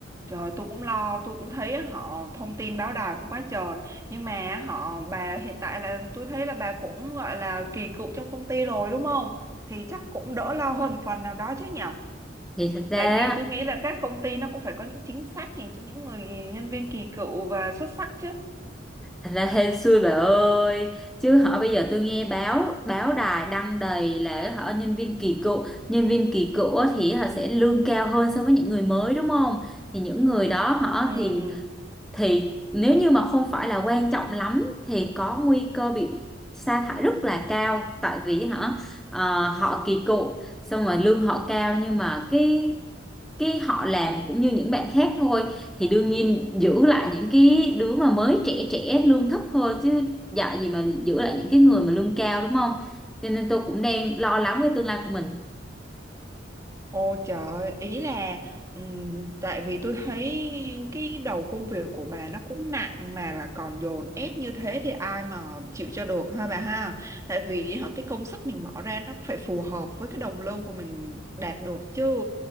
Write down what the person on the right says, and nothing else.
Trời tôi cũng lo, tôi cũng thấy họ thông tin báo đài cũng quá trời. Nhưng mà họ bà hiện tại là tôi thấy là bà cũng gọi là kỳ cựu trong công ty rồi đúng không? Thì chắc cũng đỡ lo hơn phần nào đó chứ nhở?
Tại vì
tôi nghĩ là các công ty nó cũng phải có những chính sách dành cho những người nhân viên kỳ cựu và xuất sắc chứ.
Ừ.
Ô trời, ý là ừm, tại vì tôi thấy cái đầu công việc của bà nó cũng nặng mà là còn dồn ép như thế thì ai mà chịu cho được ha bà ha. Tại vì họ cái công sức mình bỏ ra nó cũng phải phù hợp với cái đồng lương của mình đạt được chứ.